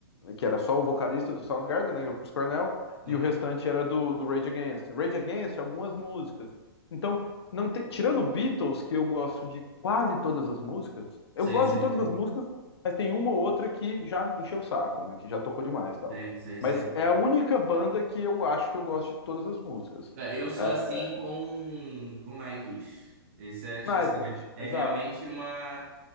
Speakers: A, on the left (about 75°); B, on the right (about 30°).
A: que era só o vocalista do Soundgarden, né, que é o Chris Cornell,
B: Uhum.
A: e o restante era do, do Rage Against. Rage Against, algumas músicas. Então, não te- tirando Beatles, que eu gosto de quase todas as músicas, eu
B: Sei,
A: gosto
B: sei,
A: de todas
B: sei.
A: as músicas, mas tem uma ou outra que já encheu o saco, né, que já tocou demais e tal.
B: Sei, sei,
A: Mas
B: sei, sei.
A: é a única banda que eu acho que eu gosto de todas as músicas.
B: É, Eu sou
A: É,
B: assim com, com Nightwish. Esse é, tipo
A: Nightwish,
B: assim, é
A: exato.
B: realmente uma,